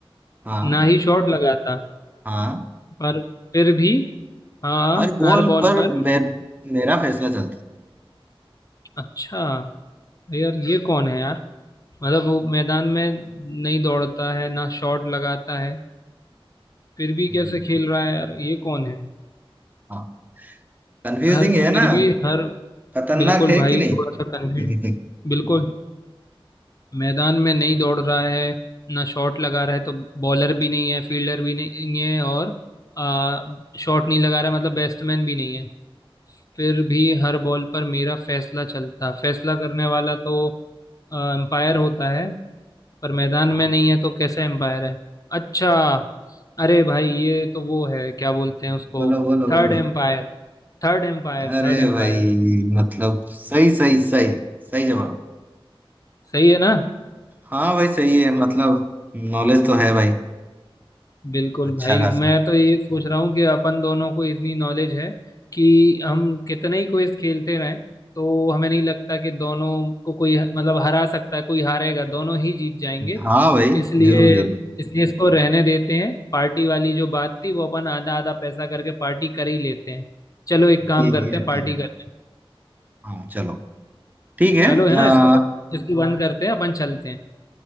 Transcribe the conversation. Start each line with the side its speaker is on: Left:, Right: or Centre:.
Right: हाँ
Left: ना ही शॉट लगाता
Right: हाँ
Left: पर फिर भी हाँ
Right: हर गोल
Left: हर बॉल
Right: पर
Left: पर
Right: मे, मेरा फैसला चलता
Left: अच्छा यार ये कौन है यार मतलब वो मैदान में नहीं दौड़ता है ना शॉट लगाता है फिर भी
Right: हम्म,
Left: कैसे
Right: हम्म। है
Left: खेल
Right: जी, जी।
Left: रहा है यार ये कौन है
Right: हाँ कंफ्यूजिंग
Left: हर
Right: है
Left: फिर
Right: ना
Left: भी हर
Right: खतरनाक
Left: बिल्कुल
Right: है
Left: भाई
Right: कि
Left: थोड़ा सा कंफ्यूज
Right: नहीं <laughs>
Left: बिल्कुल मैदान में नहीं दौड़ रहा है ना शॉट लगा रहा है तो बॉलर भी नहीं है फील्डर भी नहीं है और आ, शॉट नहीं लगा रहा है मतलब बैट्समैन भी नहीं है फिर भी हर बॉल पर मेरा फैसला चलता फैसला करने वाला तो अंपायर होता है पर मैदान
Right: हाँ।
Left: में नहीं है तो कैसा एम्पायर है अच्छा अरे भाई ये तो वो है क्या बोलते हैं उसको
Right: बोलो बोलो
Left: third
Right: बोलो
Left: umpire third umpire
Right: अरे
Left: third umpire
Right: भाई मतलब सही सही सही सही जवाब
Left: सही है ना
Right: हाँ भाई सही है मतलब नॉलेज तो है भाई
Left: बिल्कुल
Right: अच्छा
Left: भाई
Right: खासा
Left: मैं तो ये सोच रहा हूँ कि अपन दोनों को इतनी नॉलेज है कि हम कितने ही क्विज खेलते रहें तो हमें नहीं लगता कि दोनों को कोई मतलब हरा सकता है कोई हारेगा दोनों ही जीत जाएंगे
Right: हाँ भाई
Left: इसलिए
Right: जरूर जरूर
Left: इसलिए इसको रहने देते हैं पार्टी वाली जो बात थी वो अपन आधा आधा पैसा करके पार्टी कर ही लेते हैं चलो एक काम
Right: ठीक
Left: करते
Right: है
Left: हैं पार्टी
Right: ठीक है
Left: करते हैं
Right: हाँ चलो ठीक है
Left: चलो है ना
Right: आ,
Left: इसको बंद- इसको बंद करते हैं अपन चलते हैं